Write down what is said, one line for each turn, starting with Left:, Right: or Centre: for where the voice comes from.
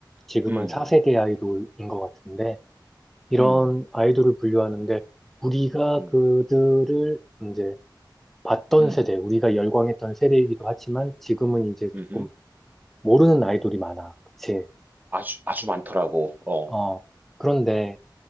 Centre: 지금은
Right: 음,
Centre: 4세대 아이돌인 것 같은데 이런
Right: 음.
Centre: 아이돌을 분류하는데 우리가
Right: 음.
Centre: 그들을 이제 봤던
Right: 음.
Centre: 세대, 우리가 열광했던 세대이기도 하지만 지금은 이제
Right: 음음.
Centre: 조금 모르는 아이돌이 많아. 그치?
Right: 아주 아주 많더라고. 어.
Centre: 어, 그런데